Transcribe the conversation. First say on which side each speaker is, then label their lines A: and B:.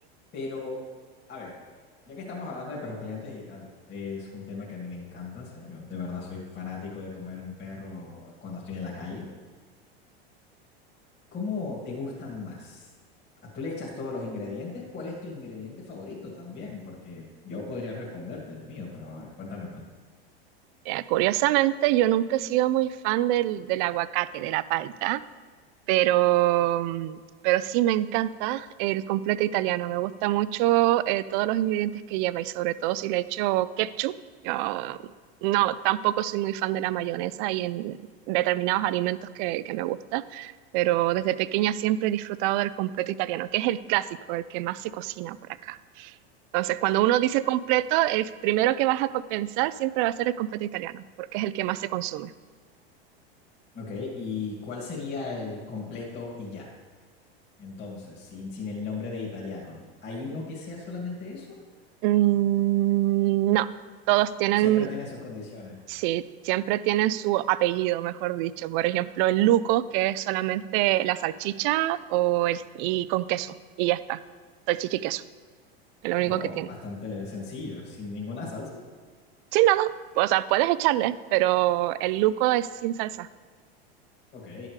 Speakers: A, on the left; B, on the right.
A: Pero, a ver, ya que estamos hablando de perros calientes, y al- es un tema que a mí me encanta, o sea, yo de verdad soy fanático de comer un perro cuando estoy en la calle. ¿Cómo te gustan más? ¿A ¿Tú le echas todos los ingredientes? ¿Cuál es tu ingrediente favorito también? Porque yo podría responderte el mío, pero a ver, cuéntame tú.
B: Eh, curiosamente, yo nunca he sido muy fan del, del aguacate, de la palta. pero, mm, pero sí me encanta el completo italiano. Me gusta mucho eh, todos los ingredientes que lleva y sobre todo si le echo ketchup. Yo no, tampoco soy muy fan de la mayonesa y en determinados alimentos que, que me gusta, pero desde pequeña siempre he disfrutado del completo italiano, que es el clásico, el que más se cocina por acá. Entonces, cuando uno dice completo, el primero que vas a co- pensar siempre va a ser el completo italiano, porque es el que más se consume.
A: Ok, ¿y cuál sería el completo y ya? Entonces, sin, sin el nombre de italiano. ¿Hay uno que sea solamente eso?
B: Mm, no, todos tienen
A: Siempre tiene sus condiciones.
B: Sí, siempre tienen su apellido, mejor dicho. Por ejemplo, el Luco, que es solamente la salchicha o el, y con queso, y ya está. Salchicha y queso, es lo
A: Oh,
B: único que tiene.
A: bastante sencillo, sin ninguna salsa.
B: Sin nada, o sea, puedes echarle, pero el Luco es sin salsa.
A: Ok.